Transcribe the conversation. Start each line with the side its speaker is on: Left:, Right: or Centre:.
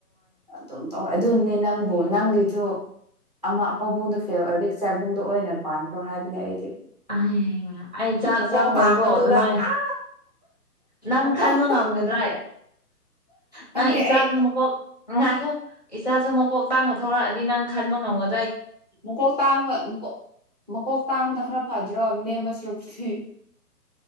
Right: ꯑꯗꯨꯝ ꯇꯧꯋꯦ ꯑꯗꯨꯅꯦ ꯅꯪꯕꯨ ꯅꯪꯒꯤꯁꯨ ꯑꯃ ꯄꯥꯕꯨꯡꯗꯣ ꯐꯦꯜ ꯑꯣꯏꯔꯗꯤ ꯀꯆꯥꯏꯕꯨꯡꯗ ꯑꯣꯏꯅ ꯄꯥꯟꯈ꯭ꯔꯣ ꯍꯥꯏꯕꯅꯦ ꯑꯩꯗꯤ
Left: ꯑ ꯑꯩ ꯆꯥꯛ
Right: ꯃꯀꯣꯛ
Left: ꯆꯪꯉꯣꯏꯀꯣ
Right: ꯇꯥꯡꯕꯗꯨꯗ
Left: ꯑꯗꯨꯃꯥꯏꯅ
Right: ꯑꯥ
Left: ꯅꯪ
Right: ꯃꯀꯣꯛ
Left: ꯈꯟꯕ ꯉꯝꯒꯗ꯭ꯔꯦ
Right: ꯈꯪꯗꯦ
Left: ꯅꯪ ꯏꯆꯥꯁꯨ
Right: ꯑꯩ
Left: ꯃꯀꯣꯛ ꯉ ꯉꯥꯏꯈꯣ ꯏꯆꯥꯁꯨ ꯃꯀꯣꯛ ꯇꯥꯡꯉ ꯊꯣꯔꯛꯑꯗꯤ ꯅꯪ ꯈꯟꯕ ꯉꯝꯑꯣ
Right: ꯃꯀꯣꯛ ꯇꯥꯡꯕ ꯃꯀꯣꯛ ꯃꯀꯣꯛ ꯇꯥꯡꯕꯅ ꯈꯔ ꯐꯥꯗ꯭ꯔꯣ ꯑꯝꯅꯦꯁ ꯔꯣꯄꯁꯤ